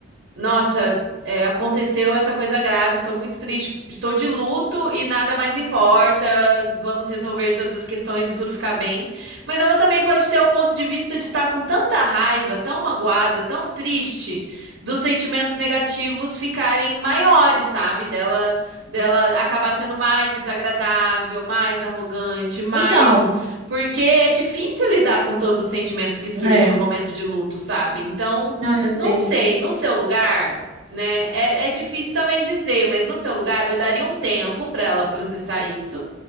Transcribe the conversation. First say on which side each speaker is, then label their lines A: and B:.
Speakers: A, on the right (about 80°); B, on the right (about 40°).
A: nossa, é, aconteceu essa coisa grave, estou muito triste, estou de luto e nada mais importa. Vamos resolver todas as questões e tudo ficar bem. Mas ela também pode ter o ponto de vista de estar com tanta raiva, tão magoada, tão triste, dos sentimentos negativos ficarem maiores, sabe? Dela, dela acabar sendo mais desagradável, mais arrogante, mais.
B: Então,
A: Porque é difícil lidar com todos os sentimentos que surgem
B: é.
A: no momento de luto, sabe? Então.
B: Não, eu sei.
A: Não sei, no seu lugar, né? É, é difícil também dizer, mas no seu lugar eu daria um tempo para ela processar isso